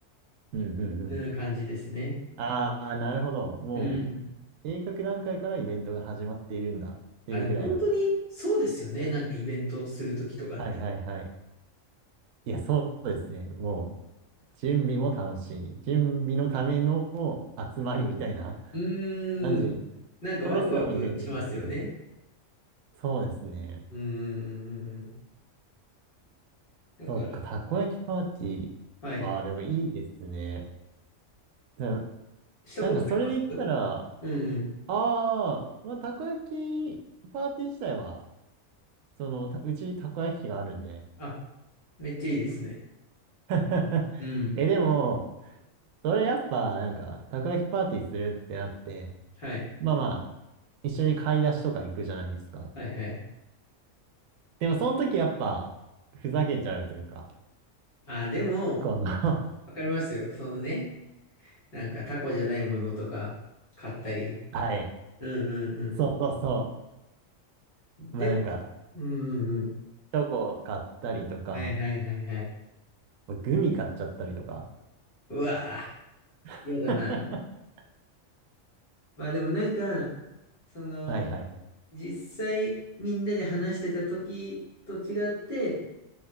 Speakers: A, on the right; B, on the left.
A: うんうんうん。
B: い、うん、感じですね。
A: ああ、なるほど。も
B: うんうん。
A: う、計画段階からイベントが始まっているんだっていうぐらいの。
B: あ、でも本当にそうですよね、なんかイベントするときとかって。
A: はいはいはい。いや、そうですね。もう、準備も楽しい。準備のための集まりみたいな。
B: うーん、
A: 何時、
B: なんかワクワクしますよね。
A: それすらもイベントになってる。そうですね。
B: うんうんうんうん。だから、
A: そっか、たこ焼きパーティー。
B: はい。
A: ああ、でもいいですね。な、
B: したことあります
A: なんかそれで言ったら、あ
B: うんうん。
A: あ、まあ、たこ焼きパーティー自体は、その、たうちたこ焼き器があるんで。
B: あ、めっちゃいいですね。
A: <laughs>
B: うん。
A: え、でも、それやっぱ、なんか、たこ焼きパーティーするってなって、
B: はい。
A: まあまあ、一緒に買い出しとか行くじゃないですか。
B: はいはい。
A: でも、その時やっぱ、ふざけちゃうというか、
B: あ、でも、
A: この <laughs>
B: わかりますよ。そのね、なんかタコじゃないものとか買ったり。
A: はい。
B: うんうん
A: そうそうそ
B: うん。
A: う。
B: でも、
A: まあなんか、
B: うんうんうん。
A: チョコ買ったりとか、
B: はいはいはいはい。
A: グミ買っちゃったりとか。
B: うわぁ、
A: <laughs>
B: 嫌だな。まあでもなんか、その、
A: はいはい。
B: 実際みんなで話してた時と違って、